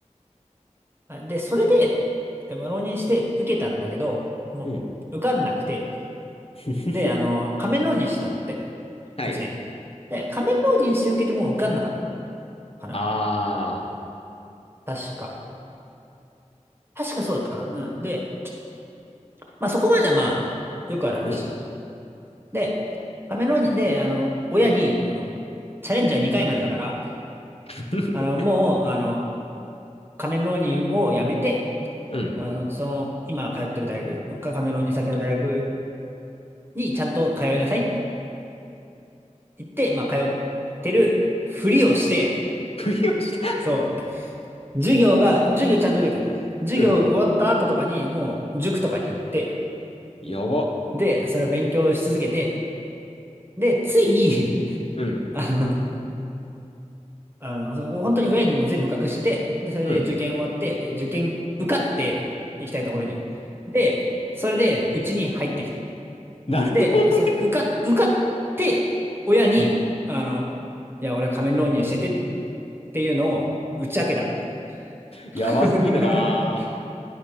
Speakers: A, on the right; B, on the left.
A: あで、それで、えまあ、浪人して受けたんだけど、もう、
B: うん。
A: 受かんなくて、
B: <laughs>
A: で、あの、仮面浪人してたんだって、
B: はい。
A: 一年。で、仮面浪人して受けても受かんなかったのかな
B: あ
A: 確か。確かそうだったかなうん。で、まあ、そこまではまあ、よくある話じゃん。
B: ー、うん。
A: で、仮面浪人で、あの、親に、その、チャレンジャー2回までだから、
B: <laughs>
A: あの、もう、あの、仮面浪人をやめて、
B: うん。
A: あの、その、今通ってる大学、カカメロンサ先の大学にちゃんと通いなさいって言って、まあ、通ってるふりをして、
B: 振りをして、
A: そう、授業が、授業ちゃんと受けたんです。授業終わった後とかに、
B: うん。
A: もう、塾とかに行って、
B: やば。
A: で、それを勉強し続けて、で、ついに
B: うん。
A: <laughs> あの、あの、その本当に親にも全部隠してて、で、それで受験終わって、
B: うん。
A: で、受験受かって行きたいところに。で、それで、うちに入ってきた。
B: なるほどね。
A: で、あそう、受かっ、受かって、親に、
B: うん
A: あの、いや、俺仮面浪人しててっていうのを打ち明けたっていう。<laughs>
B: やばすぎるな